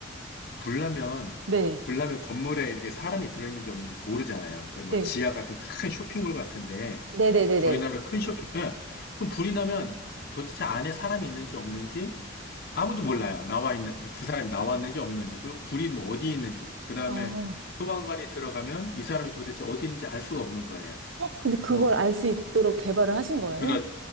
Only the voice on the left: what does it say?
불나면
불나면 건물에 이렇게 사람이 들어있는지 없는지 모르잖아요. 그 뭐
지하 같은 큰 쇼핑몰 같은데
저희 나라 큰 쇼핑, 예. 그럼 불이 나면 도대체 안에 사람이 있는지 없는지 아무도 몰라요. 나와 있는 그 사람이 나왔는지 없는지 그리고 불이 뭐 어디에 있는지 그 다음에
소방관이 들어가면 이 사람이 도대체 어디 있는지 알 수가 없는 거예요.
뭐
그렇